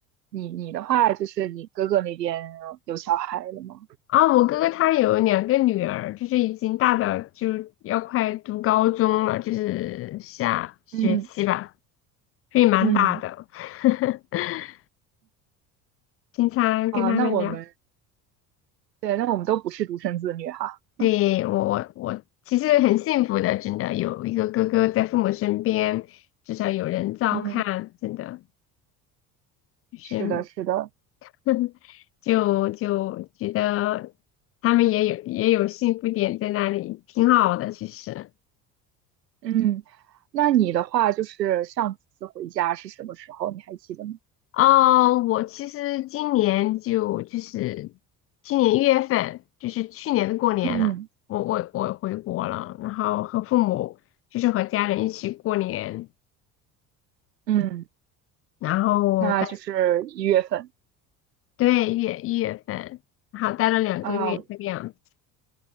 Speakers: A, on the right (about 85°); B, on the left (about 30°).
A: 你你的话就是你哥哥那边有小孩了吗？
B: 啊，我哥哥他有两个女儿，就是已经大的，就要快读高中了，就是下学期吧，
A: 嗯
B: 所以蛮大的。
A: 嗯。
B: <laughs> 经常跟他们聊，
A: 啊，那我们对，那我们都不是独生子女哈。
B: 对，
A: <laughs>
B: 我我我其实很幸福的，真的有一个哥哥在父母身边，至少有人照看，
A: 嗯，
B: 真的就是
A: 是的，是的。
B: <laughs> 就就觉得他们也有也有幸福点在那里，挺好的其实。
A: 嗯，那你的话就是上次回家是什么时候？你还记得吗？
B: 啊，我其实今年就就是今年一月份，就是去年的过年了，
A: 嗯
B: 我我我回国了，然后和父母就是和家人一起过年，
A: 嗯，
B: 然后待
A: 那就是一月份
B: 对一月一月份，然后待了两个月这个样子。
A: 啊。